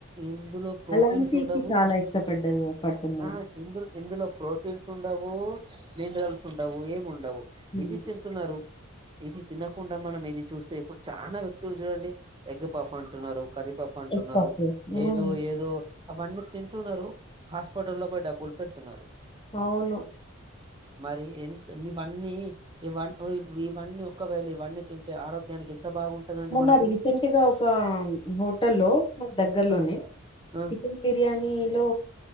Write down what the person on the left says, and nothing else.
అలాంటికి
చాలా ఇష్టపడ్డ పడుతున్నారు.
హ్మ్.
ఎగ్ పఫ్. హ్మ్.
అవును
మొన్న
రీసెంట్గా ఒక హోటల్లో మనకు దగ్గర్లోనే
చికెన్ బిర్యానీలో